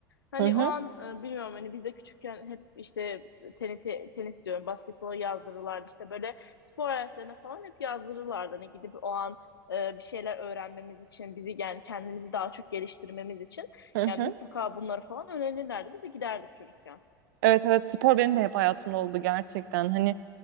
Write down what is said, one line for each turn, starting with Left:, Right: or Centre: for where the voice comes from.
Left: Hani
Right: Hı hı.
Left: o an e, bilmiyorum hani biz de küçükken hep işte tenisi, tenis diyorum basketbola yazdırırlardı işte böyle spor hayatlarına falan hep yazdırırlardı. Hani gidip o an e, bir şeyler öğrenmemiz için bizi yani kendimizi daha çok geliştirmemiz için
Right: Hı
Left: yani
Right: hı.
Left: mutlaka bunları falan öğrenirlerdi. Biz de giderdik çocukken.
Right: Evet evet spor benim de hep hayatımda oldu gerçekten. Hani